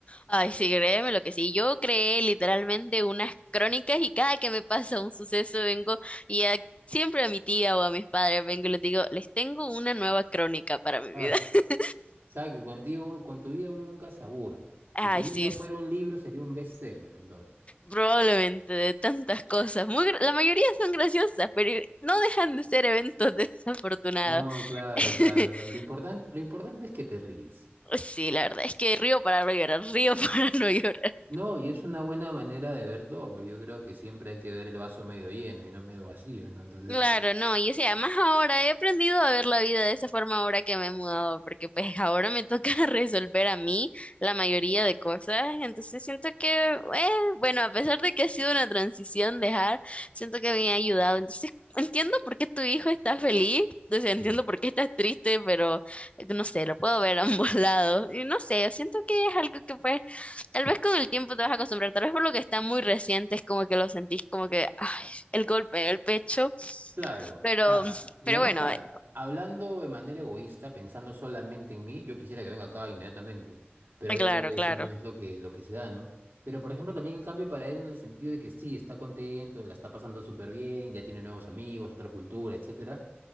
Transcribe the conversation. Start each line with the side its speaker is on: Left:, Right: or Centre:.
Left: Ay, sí, créeme lo que sí. Yo creé literalmente unas crónicas y cada que me pasa un suceso vengo y a- siempre a mi tía o a mis padres vengo y les digo, les tengo una nueva crónica para mi
Right: Ah,
Left: vida. <laughs>
Right: Sabes que contigo, con tu vida uno nunca se aburre. Si
Left: Ay,
Right: tu
Left: sí,
Right: vida fuera un libro, sería un bestseller, entonces.
Left: Probablemente de tantas cosas. Muy, gra- la mayoría son graciosas, pero no dejan de ser eventos desafortunados.
Right: No, claro,
Left: <laughs>
Right: claro, claro. Lo importante, lo importante es que te ríes.
Left: Sí, la verdad es que río para no llorar, río <laughs> para no llorar.
Right: No, y es una buena manera de ver todo, porque yo creo que siempre hay que ver el vaso medio lleno y no medio vacío, ¿no? Entonces,
Left: Claro, no, y o sea, más ahora he aprendido a ver la vida de esa forma ahora que me he mudado, porque pues ahora me toca <laughs> resolver a mí la mayoría de cosas, entonces siento que, eh, bueno, a pesar de que ha sido una transición dejar, siento que me ha ayudado, entonces entiendo por qué tu hijo está feliz, o sea, entiendo
Right: sí.
Left: por qué estás triste, pero eh, no sé, lo puedo ver a ambos <laughs> lados, y no sé, siento que es algo que pues, tal vez con el tiempo te vas a acostumbrar, tal vez por lo que está muy reciente es como que lo sentís como que, ay, el golpe en el pecho.
Right: Claro,
Left: Pero,
Right: nada, digamos
Left: pero bueno,
Right: que a-
Left: eh,
Right: hablando de manera egoísta, pensando solamente en mí, yo quisiera que venga acá inmediatamente, pero obviamente
Left: claro, claro,
Right: eso no es lo que, lo que se da, ¿no? Pero por ejemplo también el cambio para él en el sentido de que sí, está contento, la está pasando súper bien, ya tiene nuevos amigos, otra cultura, etcétera.